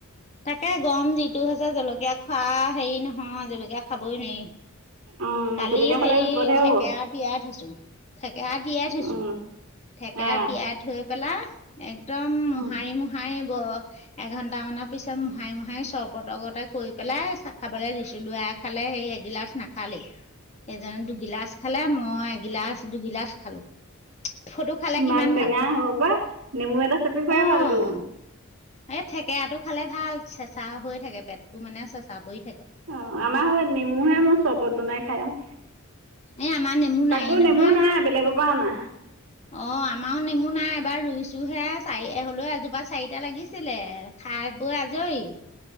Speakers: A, on the left; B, on the right.
A: তাকে গৰম যিটো হৈছে জলকীয়া খোৱা হেৰি নহয় জলকীয়া খাবই নোৱাৰি।
B: উম,
A: কালি
B: জলকীয়া খালে
A: হেৰী
B: বিপদহে
A: থেকেৰা
B: হ'ব।
A: তিয়াই থৈছোঁ, থেকেৰা তিয়াই থৈছোঁ।
B: উম,
A: থেকেৰা
B: আহ
A: তিয়াই থৈ পেলা, একদম
B: উম।
A: নে মোহাৰিব এঘণ্টামানৰ পিছত মোহাৰি মোহাই চৰ্পতগতে কৰি পেলাই চা-খাবলে দিছোঁ। লৰাই খালে হেৰী এগিলাচ নাখালেই। এজনে দুগিলাচ খালে, মই এগিলাচ দুগিলাচ খালোঁ। ফটো খালে
B: ইমান
A: কিমান
B: টেঙা
A: ভাল
B: সসোপা, নেমু এটা চেপি খুৱাই
A: অ
B: ভাল দোন।
A: এই থেকেৰাটো খালে ভাল, চেঁচা হৈ থাকে পেটটো মানে চেঁচা পৰি থাকে।
B: অ', আমাৰ সৈ নেমুহে মই চৰবত বনাই খাই আৰু।
A: এ আমাৰ নেমু
B: তাকো
A: নাইয়ে নহয়।
B: নেমু নাই বেলেগপা অনা।
A: অ', আমাও নেমু নাই এইবাৰ ৰুইছোহে, চাৰি হলেও এজোপা চাৰিটা লাগিছিলে। খাই বৈ আজৰি।